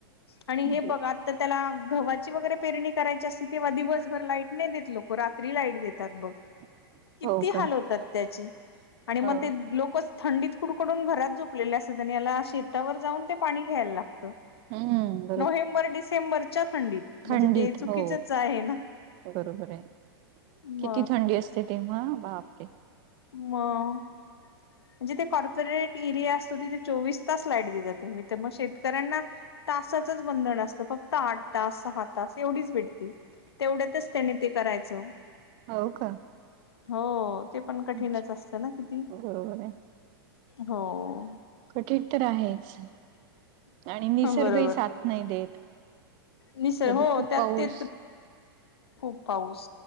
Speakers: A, on the left (about 85°); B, on the right (about 40°).
A: आणि
B: म्हणजे
A: हे बघ तर त्याला गव्हाची वगैरे पेरणी करायची असती. तेव्हा दिवसभर लाईट नाही देत. लोकं रात्री लाईट देतात. बघ
B: <unintelligible>
A: किती
B: का
A: हाल होतात त्याची आणि मग
B: हो
A: ते लोकच थंडीत कुडकडून घरात झोपलेले असत्यात आणि याला शेतावर जाऊन ते पाणी घ्यायला लागतं.
B: हम्म
A: नोव्हेंबर, डिसेंबरच्या थंडीत. म्हणजे
B: थंडित
A: ते चुकीचच
B: हो
A: आहे ना
B: बरोबर हाय.
A: म
B: किती थंडी असते तेव्हा बापरे!
A: मगं. जिथे कॉर्पोरेट एरिया असतो. तिथे चोवीस तास लाईट देतात. तुम्ही तर मग शेतकऱ्यांना तासाचच बंधन असतं फक्त आठ तास, सहा तास एवढीच भेटती तेवढ्यातच त्याने ते करायचं.
B: हाव का!
A: हो. ते पण कठीणच
B: अच्छा,
A: असतं. ना किती
B: बरोबर हाय
A: हो..
B: कठीण तर आहेच आणि निसर्गही
A: बरोबर
B: साथ नाही देत.
A: निसर्ग
B: कधी
A: हो
B: खूप
A: त्यात
B: पाऊस.
A: ते खूप पाऊस